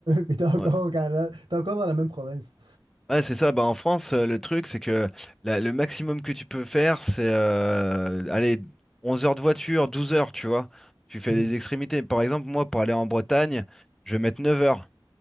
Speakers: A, on the right; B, in the centre.
A: Puis t'es encore
B: Ouais,
A: au Canada, t'es encore dans la même province.
B: Ouais, c'est ça. Bah, en France, euh, le truc, c'est que la- le maximum que tu peux faire, c'est euh, allez, 11 heures de voiture, 12 heures, tu vois. Tu fais
A: Mhm.
B: les extrémités. Par exemple, moi, pour aller en Bretagne, je vais mettre 9 heures.